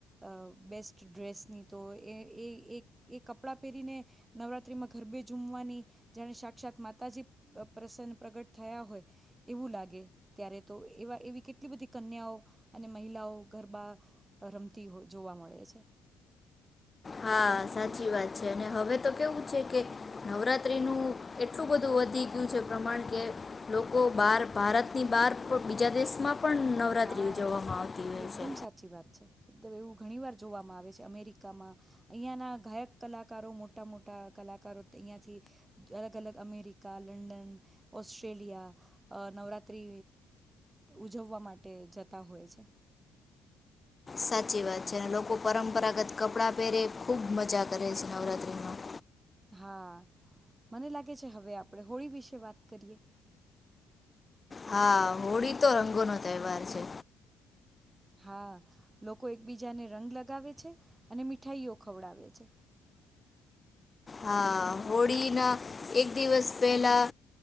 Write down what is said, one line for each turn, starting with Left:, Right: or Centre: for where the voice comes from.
Right: અ બેસ્ટ ડ્રેસની તો એ-એક-એ કપડાં પહેરીને નવરાત્રિમાં ગરબે ઝુમવાની જાણે સાક્ષાત માતાજી પ્રસન્ન પ્રગટ થયા હોય એવું લાગે ત્યારે તો એવા એવી કેટલી બધી કન્યાઓ અને મહિલાઓ ગરબા રમતી જોવા મળે છે.
Left: હા, સાચી વાત છે અને હવે તો કેવું છે કે નવરાત્રીનું એટલું બધું વધી ગયું છે પ્રમાણ કે લોકો બહાર ભારતની બહાર પણ બીજા દેશમાં પણ નવરાત્રિ
Right: હા,
Left: ઉજવવામાં આવતી હોય
Right: એકદમ
Left: છે
Right: સાચી વાત છે એકદમ એવું ઘણીવાર જોવામાં આવે છે. અમેરિકામાં અહીંયાના ગાયક કલાકારો મોટા-મોટા કલાકારો અહીંયાથી અલગ અલગ અમેરિકા, લંડન, ઓસ્ટ્રેલિયા નવરાત્રિ ઉજવવા માટે તે જતા હોય છે.
Left: સાચી વાત છે અને લોકો પરંપરાગત કપડાં પહેરે ખુબ મજા કરે છે નવરાત્રીમાં.
Right: હા, મને લાગે છે હવે આપણેે હોળી વિશે વાત કરીએ.
Left: હા, હોળી તો રંગો નો તહેવાર છે.
Right: હા, લોકો એકબીજાને રંગ લગાવે છે અને મીઠાઈઓ ખવડાવે છે.
Left: હા, હોળીના એક દિવસ પહેલા